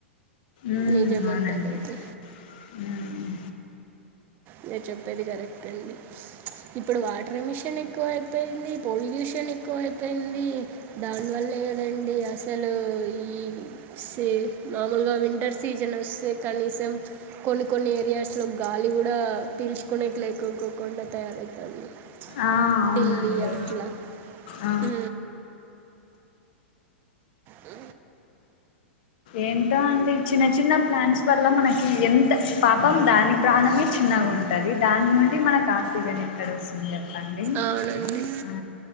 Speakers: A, on the left; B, on the right.
A: ఉమ్,
B: నిజమండి
A: అవునండి
B: అదయితే
A: ఉమ్
B: మీర్ చెప్పేది కరెక్ట్ అండి. ఇప్పుడు వాటర్ మిషన్ ఎక్కువ అయిపోయింది. పొల్యూషన్ ఎక్కువ అయిపోంది. అయింది దానివల్లే కదండి అసలు ఈ సే మాములు వింటర్ సీజన్ వస్తే కనీసం కొన్ని కొన్ని ఏరియాస్ లో గాలి కూడా పీల్చుకొ మైక్ లైకోకుకుండా తయారైతాన్ది
A: ఆ అవునండి
B: ఢిల్లీ అట్ల
A: ఆ
B: అ ఏ
A: ఏంటో అండి చిన్న చిన్న ప్లాన్స్ వల్ల మనకి ఎంత పాపం దాని ప్రాణమే చిన్న గా ఉంటది దాని నుండి మన ఆర్సిజన్ ఎక్కడ వస్తుంది. చెప్పండి
B: అవునండి
A: ఆ